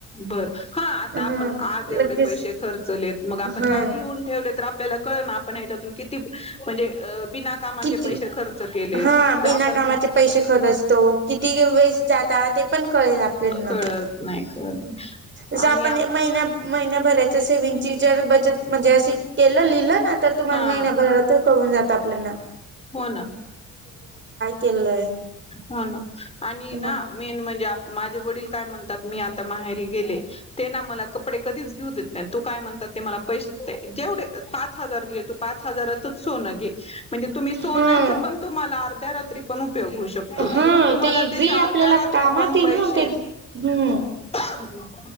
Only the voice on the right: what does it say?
हा
लगेच
हा
किती
हा
बिना
कामाचे पैसे खरचतो किती वेस्ट जात ते कल आपल्या
ज आपण
महि महिन्याभराच्या सेविंगची जर बचत म्हणजे अशी केलं लिह तर तुम्हाला
महिनाभरात कळून जात तापले ना
केलंय
मग
हा
हा
ते
जे आपल्याला
कामात
येईल
ना ते हम्म